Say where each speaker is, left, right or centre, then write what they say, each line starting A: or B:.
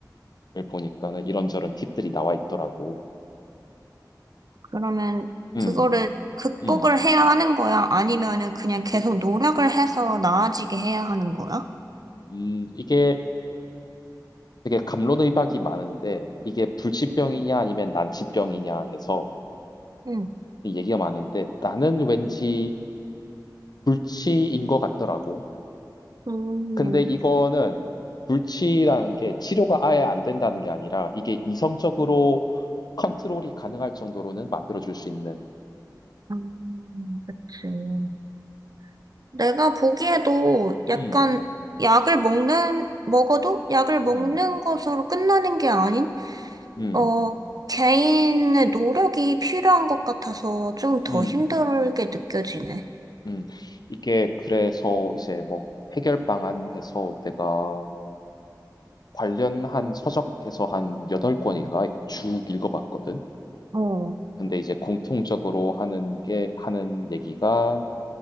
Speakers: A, on the left (about 65°); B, on the right (about 60°).
A: 보니까는 이런저런 팁들이 나와 있더라고.
B: 그러면
A: 음,
B: 그거를 극복을
A: 음.
B: 해야 하는 거야? 아니면은 그냥 계속
A: 음,
B: 노력을 해서 나아지게 해야 하는 거야?
A: 음, 이게 되게 갑론의박이 많은데 이게 불치병이냐 아니면 난치병이냐 해서
B: 응,
A: 얘기가 많은데 나는 왠지 불치인 것 같더라고.
B: 음,
A: 근데 이거는 불치라는 게 치료가 아예 안 된다는 게 아니라 이게 이성적으로 컨트롤이 가능할 정도로는 만들어줄 수 있는
B: 음, 그치. 내가 보기에도 약간
A: 음,
B: 약을 먹는, 먹어도 약을 먹는
A: 음,
B: 것으로 끝나는 게 아닌,
A: 음, 음,
B: 어, 개인의 노력이 필요한 것 같아서 좀 더
A: 음, 음,
B: 힘들게 느껴지네.
A: 음. 이게 그래서 이제 뭐 해결 방안해서 내가 관련한 서적에서 한 8권인가 쭉 읽어봤거든.
B: 어.
A: 근데 이제 공통적으로 하는 게, 하는 얘기가